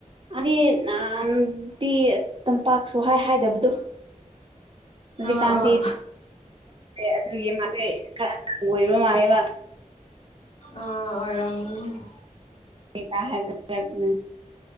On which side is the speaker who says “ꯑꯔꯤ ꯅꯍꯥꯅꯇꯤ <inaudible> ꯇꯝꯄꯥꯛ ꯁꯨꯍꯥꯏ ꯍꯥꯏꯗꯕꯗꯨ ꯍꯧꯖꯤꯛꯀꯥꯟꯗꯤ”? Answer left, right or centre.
Right